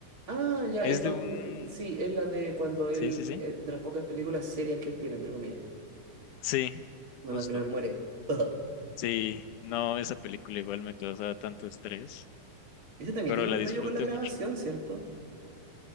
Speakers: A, on the right; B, on the left.
A: Ah, ya,
B: Es
A: es
B: de
A: donde...
B: un...
A: Sí, es la de cuando él...
B: Sí, sí, sí.
A: eh, De las pocas películas serias que él tiene, entre comillas.
B: Sí,
A: Cuando
B: justo.
A: al final muere. <laughs>
B: Sí, no, esa película igual me causaba tanto estrés,
A: Ese también
B: pero
A: tiene
B: la
A: un
B: disfruté
A: rollo con la grabación,
B: mucho.
A: ¿cierto?